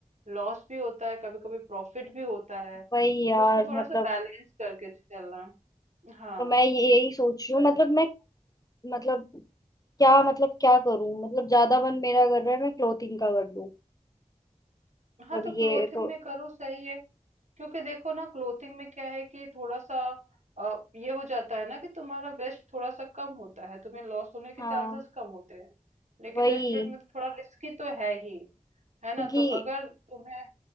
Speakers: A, on the right; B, on the left.
A: लॉस भी होता है कभी कभी प्रॉफिट भी होता है
B: वही यार
A: तो उसको थोड़ा
B: मतलब
A: सा बैलेंस करके चलना हाँ
B: तो मैं यही सोच रही हूँ
A: बै-
B: मतलब मैं मतलब क्या मतलब क्या करूं मतलब ज्यादा मन मेरा कर रहा है मैं क्लोथिंग का कर लूं
A: हाँ
B: मतलब
A: तो क्लोथिंग
B: ये तो
A: में करो सही है क्योंकि देखो ना क्लोथिंग में क्या है कि थोड़ा सा अ, ये हो जाता है ना कि तुम्हारा वेस्ट थोड़ा सा कम होता है तुम्हें लॉस होने के
B: हाँ
A: चांसेस कम होते हैं लेकिन
B: वही
A: रेस्टोरेंट में तो थोड़ा रिस्की तो है ही है ना
B: क्योंकि
A: तो अगर तुम्हें